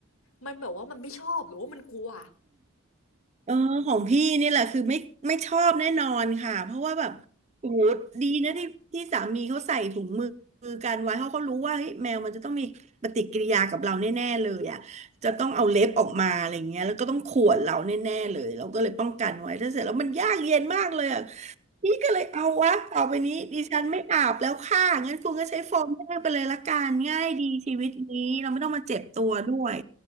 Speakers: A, on the left; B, on the right.
A: มันแบบว่ามันไม่ชอบหรือว่ามันกลัว
B: เออของพี่นี่แหละคือไม่ไม่ชอบแน่นอนค่ะเพราะว่าแบบโอ้โหดีนะที่ที่สามีเขาใส่ถุงมือกันไว้เพราะเขารู้ว่าเฮ้ยแมวมันจะต้องมีปฏิกิริยากับเราแน่ๆเลยอ่ะจะต้องเอาเล็บออกมาอะไรเงี้ยแล้วก็ต้องข่วนเราแน่ๆเลยเราก็เลยป้องกันไว้ถ้าเสร็จแล้วมันยากเย็นมากเลยอ่ะนี่ก็เลยเอาวะต่อไปนี้ดิฉันไม่อาบแล้วค่ะงั้นคุณก็ใช้โฟมแห้งไปเลยละกันง่ายดีชีวิตนี้เราไม่ต้องมาเจ็บตัวด้วย